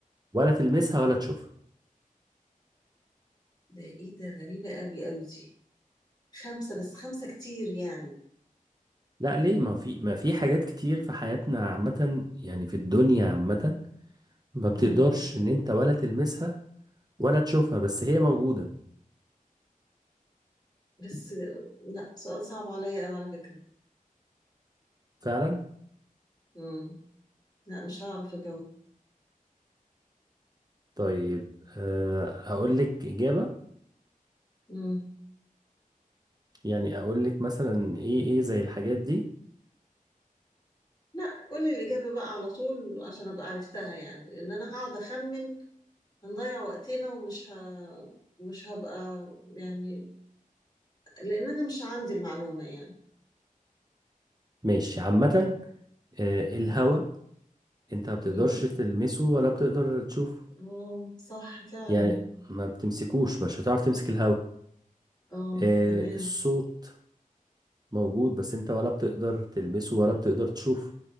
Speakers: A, on the right (about 25°); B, on the left (about 30°).
A: ولا تلمسها ولا تشوفها
B: ده ايه ده غريبه قوي قوي دي خمسة بس خمسة كتير يعني
A: لا ليه ما في ما في حاجات كتير في حياتنا عامة يعني في الدنيا عامة ما بتقدرش
B: مم.
A: ان انت ولا تلمسها ولا تشوفها بس هي موجودة
B: بس لا سؤال صعب عليا أوي على فكرة
A: فعلا
B: مم. لا مش هعرف أجاوب
A: طيب آه، اقول لك اجابة
B: مم.
A: يعني اقول لك مثلا ايه ايه زي الحاجات دي
B: لا قولي الإجابة بقى على طول عشان أبقى عرفتها يعني إن أنا هقعد أخمن هنضيع وقتنا ومش ه... مش هبقى يعني لأن أنا مش عندي المعلومة يعني
A: ماشي عامة آه، الهواء انت ما بتقدرش
B: أيوه
A: تلمسه ولا بتقدر تشوفه
B: أه صح فعلا
A: يعني ما بتمسكوش مش هتعرف تمسك الهواء
B: أه
A: آه،
B: تمام
A: الصوت موجود بس انت ولا بتقدر تلمسه ولا بتقدر تشوفه